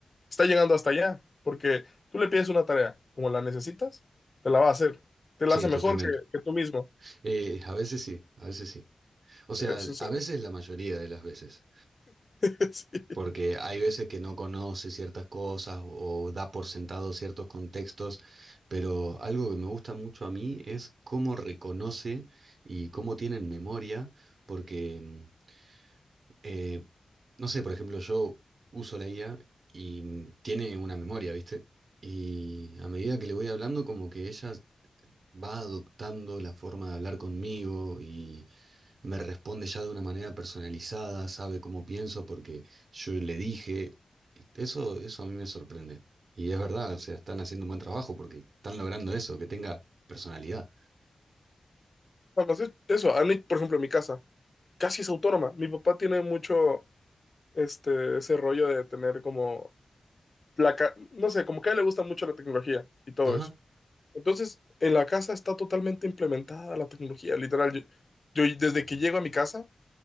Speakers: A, on the left; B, on the right.
A: está llegando hasta allá. Porque tú le pides una tarea como la necesitas, te la va a hacer. Te la
B: Sí,
A: hace mejor
B: totalmente.
A: que, que tú mismo.
B: Eh, a veces sí, a veces sí. O sea,
A: Eso es,
B: a veces la mayoría de las veces.
A: <laughs> sí.
B: Porque hay veces que no conoce ciertas cosas o, o da por sentado ciertos contextos, pero algo que me gusta mucho a mí es cómo reconoce y cómo tienen memoria, porque... mm, eh, no sé, por ejemplo, yo uso la IA y mm, tiene una memoria, ¿viste? Y a medida que le voy hablando, como que ella va adoptando la forma de hablar conmigo y me responde ya de una manera personalizada, sabe cómo pienso porque yo le dije. Eso, eso a mí me sorprende. Y es verdad, o sea, están haciendo un buen trabajo porque están logrando eso, que tenga personalidad.
A: Además, es- eso, a mí, por ejemplo, en mi casa, casi es autónoma. Mi papá tiene mucho este, ese rollo de tener como, la, ca- no sé, como que a él le gusta mucho la tecnología y todo
B: Ajá,
A: eso. Entonces, en la casa está totalmente implementada la tecnología, literal. Yo, yo desde que llego a mi casa,